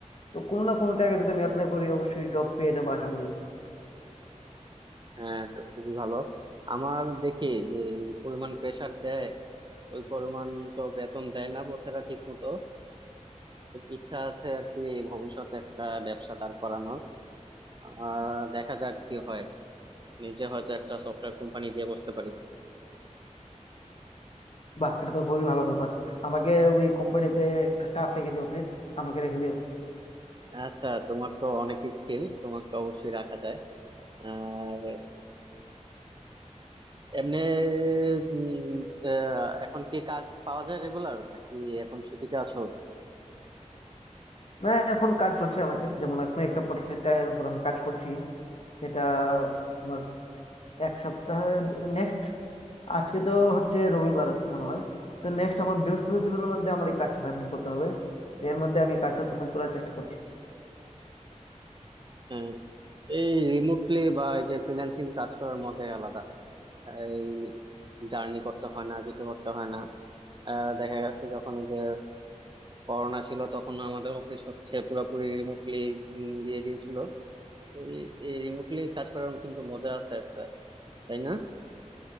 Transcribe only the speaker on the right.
হ্যাঁ তো খুবই ভালো আমার দেখি যে এই পরিমাণ প্রেসার দেয় ওই পরিমাণ তো বেতন দেয় না বসেরা ঠিক মতো ইচ্ছা আছে আর কি ভবিষ্যতে একটা ব্যবসা দাঁড় করানোর আর দেখা যাক কি হয় নিজে হয়তো একটা সফটওয়্যার কোম্পানি দিয়ে বসতে পারি
আচ্ছা তোমার তো অনেক স্কিল তোমাকে অবশ্যই রাখা যায় আর এমনি উম, আহ, এখন কি কাজ পাওয়া যায় রেগুলার নাকি এখন ছুটিতে আছো
উম, এই রিমোটলি বা এই যে ফ্রিল্যান্সিং কাজ করার মজাই আলাদা এই জার্নি করতে হয় না কিছু করতে হয় না আহ দেখা যাচ্ছে যখন এই যে করোনা ছিল তখন আমাদের অফিস হচ্ছে পুরোপুরি রিমোটলি দিয়ে দিয়েছিল তো এই এই রিমোটলি কাজ করার কিন্তু মজা আছে একটা তাই না